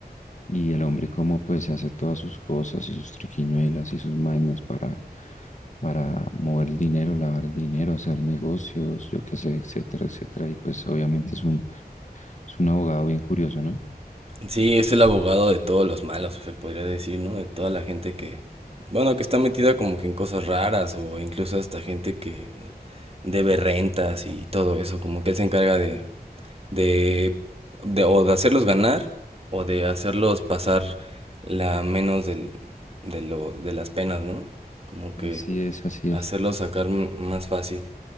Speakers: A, on the left; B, on the right.
A: y el hombre como pues hace todas sus cosas y sus triquiñuelas y sus mañas para, para mover el dinero, lavar el dinero, hacer negocios, yo qué sé, etcétera, etcétera. Y pues obviamente es un, es un abogado bien curioso, ¿no?
B: Sí, es el abogado de todos los malos, se podría decir, ¿no? De toda la gente que, bueno, que está metida como que en cosas raras o incluso hasta gente que debe rentas y todo eso, como que él se encarga de, de, de- o de hacerlos ganar o de hacerlos pasar la menos del- de, lo, de las penas, ¿no? Como que
A: Así es, así
B: hacerlos
A: es,
B: sacar m- más fácil.